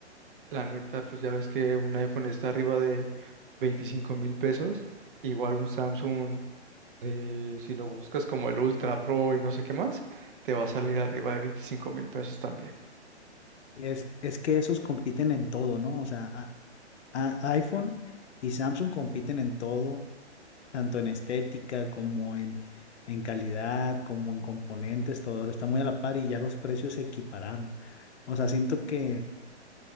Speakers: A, on the right (about 50°); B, on the left (about 70°).
A: la neta, pues ya ves que un iPhone está arriba de 25 mil pesos. Igual un Samsung eh, si lo buscas como el Ultra Pro y no sé qué más, te va a salir arriba de veinticinco mil pesos también.
B: Es, es que esos compiten en todo, ¿no? O sea, a- a- iPhone y Samsung compiten en todo, tanto en estética como en, en calidad, como en componentes, todos están muy a la par y ya los precios se equipararon. O sea, siento que,